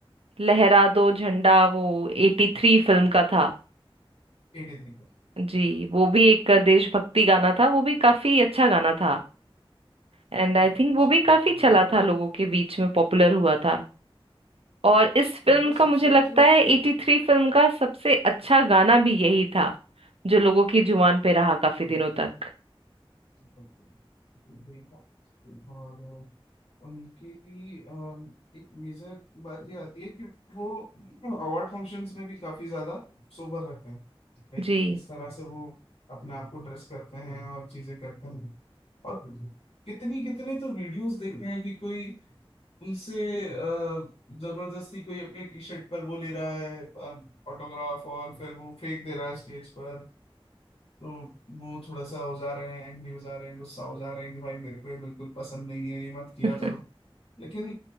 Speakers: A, on the right (about 80°); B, on the left (about 85°).
A: लहरा दो झंडा वो एटी थ्री फिल्म का था
B: एटी थ्री का
A: जी वो भी एक देशभक्ति गाना था वो भी काफी अच्छा गाना था एंड
B: काफी
A: आई थिंक
B: अच्छा
A: वो भी
B: काफी
A: काफी
B: इनका
A: चला था लोगों के बीच में पॉपुलर हुआ था और इस फिल्म
B: इनका
A: का
B: सबसे
A: मुझे लगता
B: जो
A: है 83 फिल्म का सबसे अच्छा गाना भी यही था जो लोगों की जुबान पे रहा काफी
B: बिल्कुल
A: दिनों तक
B: बिल्कुल वही बात। और अ, उनकी अम, एक मेजर बात ये आती है कि वो अवार्ड फंक्शंस में भी काफी ज्यादा सोबर रहते हैं लाइक
A: जी
B: किस तरह से वो अपने आप को ड्रेस करते हैं और चीजें करते हैं और कितनी कितने तो वीडियोस देखे हैं कि कोई उनसे अ, जबरदस्ती कोई अपने टी शर्ट पर वो ले रहा है ऑटोग्राफ और फिर वो फेंक दे रहा है स्टेज पर तो वो थोड़ा सा हो जा रहे हैं एंग्री हो जा रहे हैं गुस्सा हो जा रहे हैं कि भाई मेरे को ये बिल्कुल पसंद नहीं है ये मत किया
A: <laughs>
B: करो लेकिन